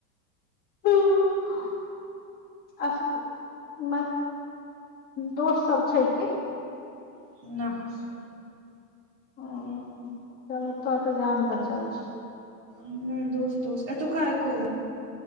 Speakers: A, on the left; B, on the right.
A: ह आर सब दोस्त सब छै की
B: नहि
A: ह चलु तब तऽ जान बचल छै
B: नहि दोस दोस एतूका एको गो नई